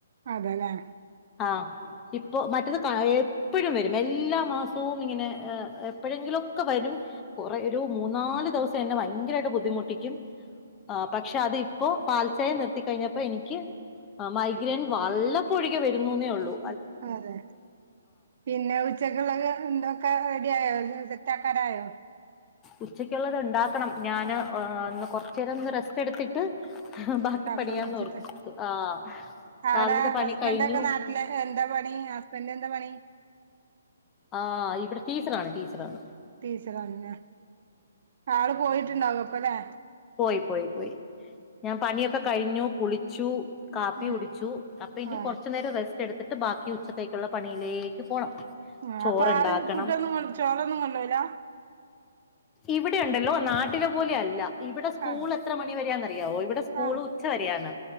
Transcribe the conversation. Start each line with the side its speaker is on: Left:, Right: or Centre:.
Right: അതെല്ലേ
Left: ആഹ്. ഇപ്പൊ മറ്റത് എപ്പോഴും വരും എല്ലാ മാസവും ഇങ്ങനെ എപ്പോഴെങ്കിലും ഒക്കെ വരും കുറേ ഒരു മൂന്നാല് ദിവസം എന്നെ ഭയങ്കരായിട്ട് ബുദ്ധിമുട്ടിക്കും. ആ പക്ഷെ അത് ഇപ്പോ പാൽച്ചായ നിർത്തിക്കഴിഞ്ഞപ്പോ എനിക്ക് മൈഗ്രയിൻ വല്ലപ്പോഴൊകെ വരുന്നുന്നെ ഒള്ളൂ.
Right: അതെ പിന്നെ ഉച്ചക്കുള്ളൊക്കെ എന്താ ഒക്കെ റെഡിയായോ സെറ്റ് ആക്കാൻആയോ?
Left: ഉച്ചക്കുള്ളത് ഉണ്ടാക്കണം ഞാന് ഒന്ന് കൊറച്ചേരൊന്ന് റെസ്റ്റ് എടുത്തിട്ട്. ബാക്കി
Right: ഉണ്ടാക്കുള്ളൂ
Left: പണിയാന്നോർത്തു
Right: വെച്ചിട്ട്
Left: ആഹ്.
Right: അവിടെ
Left: രാവിലത്തെ പണി
Right: ഹസ്ബൻഡ്
Left: കഴിഞ്ഞു
Right: ഒക്കെ നാട്ടില് എന്താ പണി ഹസ്ബൻഡ് എന്താ പണി?
Left: ആ ഇവിടെ ടീച്ചറാണ് ടീച്ചർ ആണ്.
Right: ടീച്ചറാണ് ലെ ആള് പോയിട്ടുണ്ടാവും അപ്പൊ അല്ലേ.
Left: പോയി പോയി പോയി ഞാൻ പണിയൊക്കെ കഴിഞ്ഞു കുളിച്ചു. കാപ്പി
Right: ഉം
Left: കുടിച്ചു അപ്പൊ ഇനി
Right: ആഹ്
Left: കൊറച്ചു നേരം റെസ് റെസ്റ്റ് എടുത്തിട്ട് ബാക്കി ഉച്ചത്തേക്കുള്ള പണിയിലേക്ക് പോണം.
Right: ആ
Left: ചോറുണ്ടാക്കണം
Right: അപ്പൊ ആള് ഫുഡൊന്നും ചോറൊന്നും കൊണ്ടോകൂല?
Left: ഇവിടെ ഉണ്ടല്ലോ നാട്ടിലെ പോലെ അല്ല. ഇവിടെ സ്കൂൾ
Right: ആഹ്
Left: എത്ര മണി വരേന്നറിയമോ ഇവിടെ സ്കൂള്
Right: ആഹ്
Left: ഉച്ച വരെയാണ്.